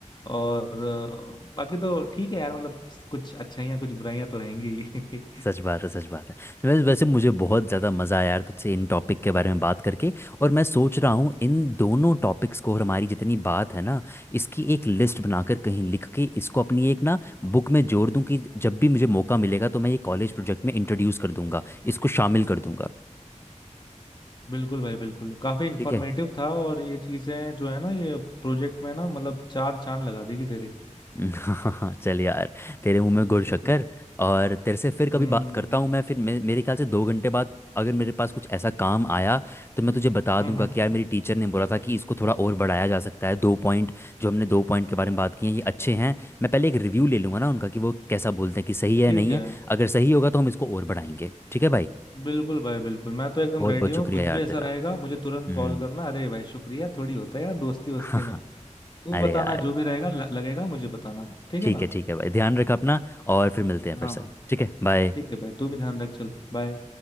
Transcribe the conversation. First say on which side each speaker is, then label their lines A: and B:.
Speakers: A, on the left; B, on the left.
A: और अ, बाकी तो ठीक है यार मतलब कुछ अच्छाइयाँ कुछ बुराइयां तो रहेंगी <laughs>
B: सच बात है सच बात है वैसे वैसे मुझे बहुत ज़्यादा मज़ा आया यार तुझसे इन टॉपिक के बारे में बात करके और मैं सोच रहा हूँ इन दोनों टॉपिक्स को और हमारी जितनी बात है ना इसकी एक लिस्ट बनाकर कहीं लिख के इसको अपनी एक ना बुक में जोड़ दूँ कि जब भी मुझे मौका मिलेगा तो मैं ये कॉलेज प्रोजेक्ट में इंट्रोड्यूस कर दूंगा इसको शामिल कर दूंगा
A: बिल्कुल भाई बिल्कुल काफी इंफॉर्मेटिव
B: ठीक है
A: था और ये चीजें जो है ना ये प्रोजेक्ट में ना मतलब चार चांद लगा देगी तेरे
B: <laughs> चल यार तेरे मुंह में गुड़ शक्कर
A: <laughs>
B: और तेरे से फिर कभी
A: हम्म
B: बात करता हूँ मैं फिर मे, मेरे ख्याल से दो घंटे बाद अगर मेरे पास कुछ ऐसा काम आया तो मैं तुझे बता
A: हम्म
B: दूंगा
A: हम्म
B: कि
A: हम्म,
B: यार मेरी टीचर ने बोला था कि इसको थोड़ा और बढ़ाया जा सकता है दो पॉइंट जो हमने दो पॉइंट के बारे में बात की है ये अच्छे हैं मैं पहले एक रिव्यू ले लूंगा ना उनका कि वो कैसा बोलते हैं कि सही है
A: ठीक
B: नहीं
A: है
B: है अगर सही होगा तो हम इसको और बढ़ाएंगे ठीक है भाई
A: बिल्कुल भाई बिल्कुल मैं तो एकदम
B: बहुत
A: रेडी
B: बहुत
A: हूँ
B: शुक्रिया
A: कुछ
B: यार
A: भी ऐसा
B: तेरा
A: रहेगा मुझे तुरंत
B: हम्म
A: कॉल करना अरे भाई शुक्रिया थोड़ी होता है यार दोस्ती वोस्ती
B: <laughs>
A: में तू
B: अरे
A: बताना
B: यार
A: जो भी रहेगा ल- लगेगा मुझे बताना ठीक
B: ठीक
A: है ना
B: है ठीक है भाई ध्यान रखा अपना और फिर मिलते हैं फिर
A: हाँ
B: से
A: भाई
B: ठीक है बाय
A: ठीक है भाई तू भी ध्यान रख चल बाय